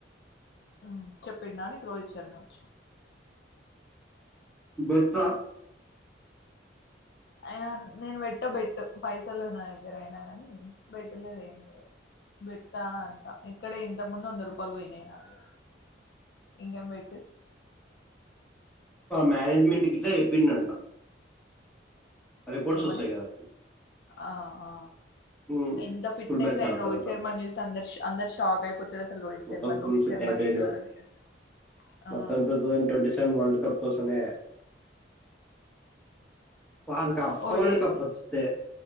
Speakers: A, on the left (about 55°); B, in the centre.
A: ఉ చెప్పిండా నీకు రోహిత్ శర్మ వచ్చి
B: బెట్ట
A: అయ నేను పెట్ట బెట్టు పైస లేవు నా దగ్గర అయినా, కాని బెట్టులేదు ఏం లేదు బేట్ట అంటా ఇక్కడే ఇంతకు ముందు వంద రూపాలు పోయినాయి. నావి ఇంకేం బెట్టు
B: మేనేజ్మెంట్ గిట్ల చెప్పిండంట రిపోర్ట్స్
A: ఏమనీ
B: ఒస్తాయి కదా!
A: ఆఆ
B: హ్మ్.
A: ఎంత ఫిట్నెస్
B: ఫుల్ మ్యాచ్
A: అయిన
B: ఆడతాడంట.
A: రోహిత్ శర్మ ను చూస్తే అందరు అందరు షాక్ అయిపో పుచ్చర్ అసలు రోహిత్ శర్మను
B: మొత్తం ఫుల్
A: రోహిత్
B: ఫిట్
A: శర్మ
B: అయిపోయిండు.
A: నేనానీ అసలు ఆ
B: మొత్తం వరల్డ్ కప్ కోసమే వానీకా ఆ ఒక్క
A: ఓడిఐ
B: వరల్డ్ కప్ లభిస్తే